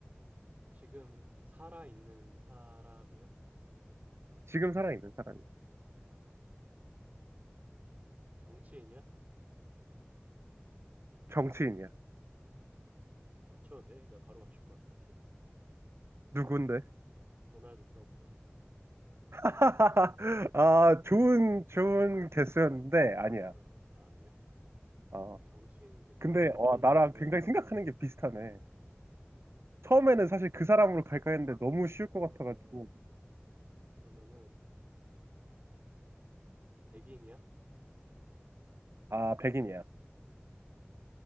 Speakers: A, on the right (about 40°); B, on the right (about 70°).
A: 지금 살아있는 사람이야?
B: 지금 살아있는 사람이야.
A: 정치인이야?
B: 정치인이야.
A: 맞춰도 돼? 나 바로 맞출 것 같은데. <laughs>
B: 누군데?
A: 도널드 트럼프.
B: <laughs> 아,
A: 아,
B: 좋은, 좋은 개수였는데, 아니야.
A: 어, 아, 아니야?
B: 아,
A: 정치인인데 도널드
B: 근데,
A: 트럼프가
B: 와, 나랑
A: 아니라고?
B: 굉장히 생각하는 게 비슷하네. 처음에는 사실 그 사람으로 갈까 했는데 너무 쉬울
A: 어,
B: 것 같아가지고.
A: 그러면은, 백인이야?
B: 아, 백인이야.